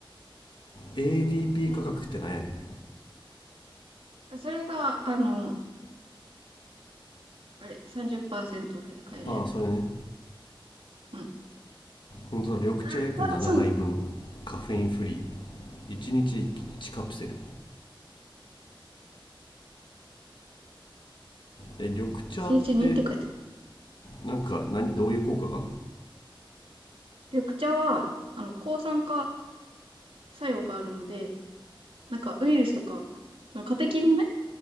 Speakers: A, on the left; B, on the right.
A: ADP
B: はい。
A: 価格って何やね
B: あそれが、あの、あれ、30%オフで買えるやつ。
A: ん。ああ、それね。
B: うん。
A: 本当だ、緑茶約7杯分。
B: うん。
A: カフェインフリー。1日1カプセル。え、緑茶って、
B: 1日にちにって書いてある。
A: なんか何、どういう効果があ
B: 緑茶は、あの、抗酸化作用があるので、なんかウイルスとか、そのカテキンをね、